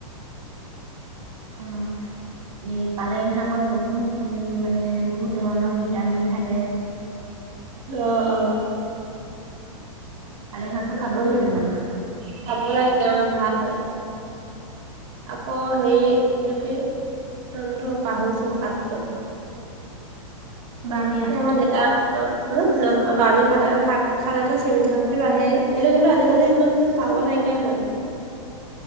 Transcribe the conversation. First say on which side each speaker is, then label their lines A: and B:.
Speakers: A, on the right; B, on the right.
A: আহ'। এই পালেং শাকত বহুত উম', মানে বহুত ধৰণৰ ভিটামিন থাকে।
B: অ', অ'।
A: পালেং শাকটো খাবই
B: মানে
A: লাগে মানুহে।
B: খাব লাগে অ' ভাল হয়, আকৌ' হেৰি এইটো কি নামটো পাহৰিছো শাকটো
A: বামি শাক
B: এই আমাৰ দেউতা অ', হ নহ বমি শাক শাক খালেটো স্মৃতি শক্তি বাঢ়েই সেইটো কিন্তু আজিকালি ইমান পাব নাইকিয়া হ'ল।